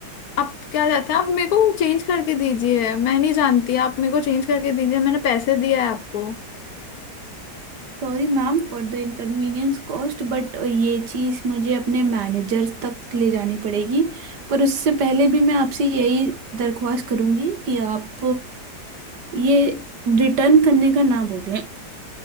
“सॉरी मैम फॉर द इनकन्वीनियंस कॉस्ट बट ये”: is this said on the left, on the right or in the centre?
Right